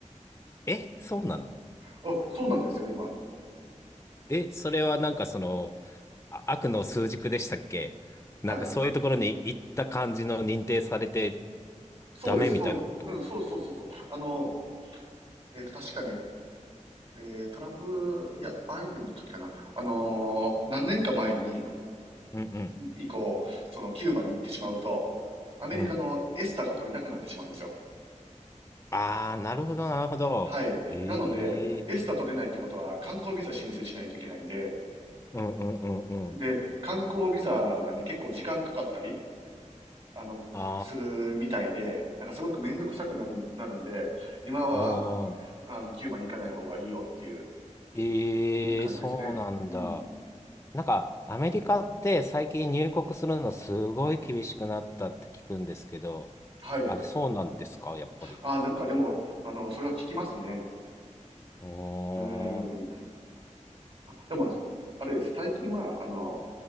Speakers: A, on the left; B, on the right.
A: え、そうなの
B: あ、そうなんですよ、今。
A: え、それはなんかその、あ悪の枢軸でしたっけなんかそういうところに行った感じの認定されて
B: はい。そうです、
A: ダメみたいなこと
B: そう、うん、そうそうそうそう。あの、えっと、確かね、えートランプ、いや、バイデンの時かな。あのー何年か前に、
A: うんうん。
B: 以降、そのキューバに行ってしまうと、アメリカのエスタが取れなくなってしまうんですよ。
A: うん。ああ、なるほど、なるほど。
B: はい。
A: ええ
B: なので、エスタ取れないってことは観光ビザ申請しないといけないんで、
A: うんうんうんうん。
B: で、観光ビザがね、結構時間かかったり、あの、
A: あ
B: するみたいで、なんかすごくめんどくさくなるなるんで、今は、
A: あ、うん。
B: あの、キューバに行かない方がいいよっていう
A: ええそうなんだ。
B: 感じですね。うん。
A: なんかアメリカって最近入国するのすごい厳しくなったって聞くんですけど、
B: はい。
A: あれそうなんですか、やっぱり。
B: あ、なんかでも、あの、それは聞きますね。
A: うーん。
B: うーん。うん。でも、あれです。最近は、あの、